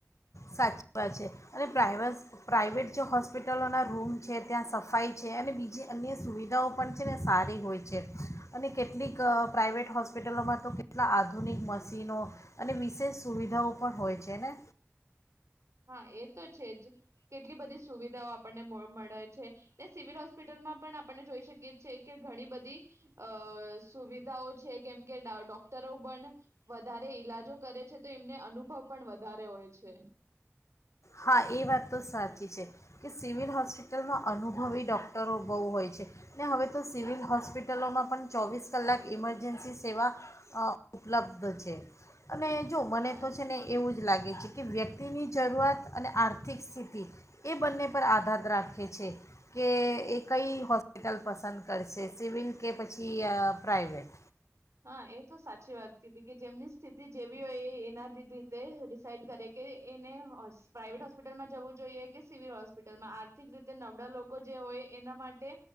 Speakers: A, on the left; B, on the right.
A: સાચી વાત છે અને પ્રાાઈવેસ પ્રાઇવેટ જે હોસ્પિટલોના રૂમ છે ત્યાં સફાઈ છે અને બીજી અન્ય સુવિધાઓ પણ છે ને સારી હોય છે અને કેટલીક પ્રાઇવેટ હોસ્પિટલોમાં તો કેટલા આધુનિક મશીનો અને વિશેષ સુવિધાઓ પણ હોય છે ને?
B: હા એ તો છે જ કેટલી બધી સુવિધા <inaudible> આપને મળ મળે છે ને સિવિલ હોસ્પિટલમાં પણ આપણને જોઈ શકી છે કે ઘણી બધી અ અ સુવિધાઓ છે. કેમ કે ડા ડોક્ટરો પણ વધારે ઈલાજો કરે છે તો એમને અનુભવ પણ વધારે હોય છે.
A: હા, એ વાત તો સાચી છે કે સિવિલ હોસ્પિટલમાં અનુભવી ડોક્ટરો બોવ હોય છે ને હવે તો સિવિલ હોસ્પિટલોમાં પણ ચોવીસ કલાક ઈમરજન્સી સેવા અ ઉપલબ્ધ છે. અને જો મને
B: હા
A: તો છે ને એવું જ લાગ છે કે વ્યક્તિની જરૂઆત અને આર્થિક સ્થિતિ એ બંને પર આધાર રાખે છે કે એ કઈ હોસ્પિટલ પસંદ કરશે સિવિલ કે પછી અઅ પ્રાઇવેટ.
B: હા, એ તો સાચી વાત કીધી કે જેમની સ્થિતિ જે હોય એ એના રીતે ડિસાઈડ કરે કે એને અઅ પ્રાઇવેટ હોસ્પિટલમાં જવું જોઈએ કે સિવિલ હોસ્પિટલમાં આર્થિક રીતે નબળા લોકો જે હોય એના માટે